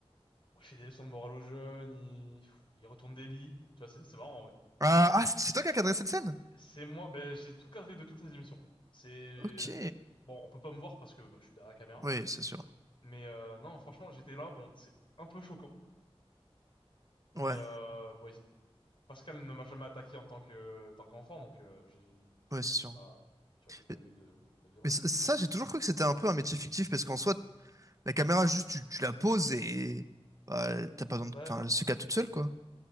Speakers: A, on the left (about 55°); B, on the right (about 30°).
A: bon, il fait des leçons de morale aux jeunes, il, il retourne des lits. Tu vois, c'est c'est marrant, en vrai.
B: Ah, ah, c'est c'est toi qui as cadré cette scène?
A: C'est moi, ben, j'ai tout cadré de toutes les émissions. C'est... euh,
B: Ok.
A: Bon, on peut pas me voir parce que bah, je suis derrière la caméra.
B: Oui, c'est sûr.
A: Mais euh, non, franchement, j'étais là, bon, c'est un peu choquant. Mais
B: Ouais,
A: euh, bon, il- Pascal ne m'a jamais attaqué en tant que euh, tant qu'enfant, donc euh, j'ai
B: ouais, c'est
A: j'ai
B: sûr.
A: pas tu vois j'ai pas
B: Mais,
A: eu de, de violence
B: mais ça,
A: quoi.
B: ça, j'ai toujours cru que c'était un peu un métier fictif, parce qu'en soi, la caméra, juste, tu, tu la poses et... bah, t'as pas besoin
A: Bah
B: de... Enfin, elle se cadre toute seule, quoi.